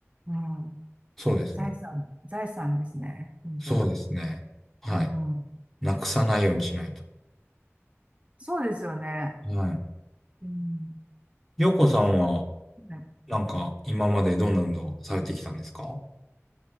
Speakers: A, on the right; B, in the centre.
A: うん、
B: そうですね。
A: 財産、財産ですね、本当に。
B: そうですね。はい。
A: うん、
B: なくさないようにしないと。
A: そうですよね。
B: は
A: うん
B: い。よこさんは、
A: そう
B: なんか、今までどんな運動されてきたんですか